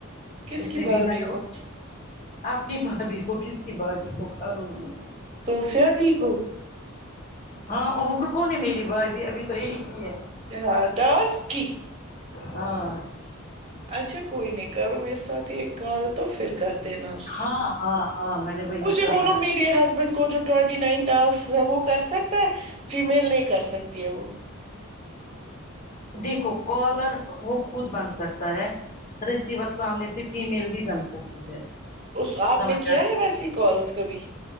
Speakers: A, on the right; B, on the left.
A: کس
B: اس
A: کی
B: نے
A: بھابھی
B: بھی میں نے
A: کو
B: اپنے بھابھی کو کس کی بھابھی کو کروں گی
A: توفیہد کو
B: ہاں اور کون ہے میری بھابھی ابھی تو ایک ہی ہے
A: ہاں ٹاسک کی
B: ہاں
A: اچھا کوئی نہیں کرو میرے ساتھ ہی ایک کال تو پھر کر دینا
B: ہاں ہاں ہاں میں نے وہی
A: مجھے
B: کہا
A: بولو
B: نا
A: میرے ہسبینڈ کو جو ٹٹی نائن ٹاس وہ کر سکتا ہے فیمیل نہیں کر سکتی ہے وہ
B: دیکھو کالر وہ خود بن سکتا ہے ریسیور سامنے سے فیمیل بھی بن سکتی ہے
A: اس آپ
B: سمجھ
A: نے کیا
B: آئے
A: ہے ویسی کالس کبھی